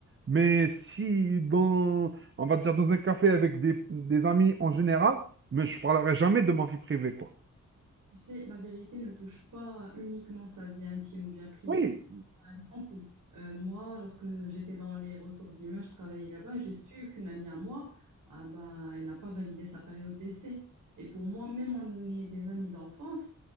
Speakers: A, on the right; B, on the right.
A: Mais si, dans, on va dire, dans un café avec des, des amis en général, mais je parlerai jamais de ma vie privée, quoi.
B: Tu sais, la vérité ne touche pas uniquement sa vie intime ou bien privée.
A: Oui.
B: Par exemple, euh, moi, lorsque j'étais dans les ressources humaines, je travaillais là-bas, j'ai su qu'une amie à moi, ah bah, elle n'a pas validé sa période d'essai. Et pour moi, même on est des amis d'enfance,